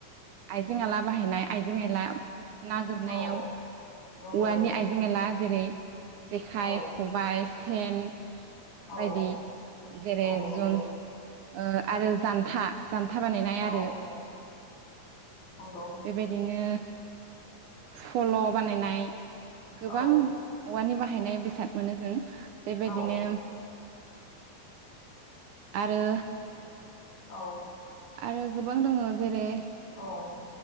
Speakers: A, on the right; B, on the left.
A: आइजें आइला बाहायनाय आइजें -आइला। नाागुरनायाव
B: औ नंगौ औ औ नंगौ
A: औवानि
B: नंगौ
A: आइजें एला जेरै जेखाइ
B: औ
A: खबाय। सेन।
B: औ
A: बायदि
B: औ
A: जेरै
B: औ नंगौ
A: जन ओ आरो। जानथा। जान्था बानायनाय आरो
B: औ औ नंगौ
A: बेबायदिनो फल बानायनाय गोबां
B: औ
A: औवानि बाहायनाय बेसाद मोनो जों बेबायदिनो
B: औ
A: आरो
B: औ।
A: आरो गोबां दोङो जेरै
B: औ।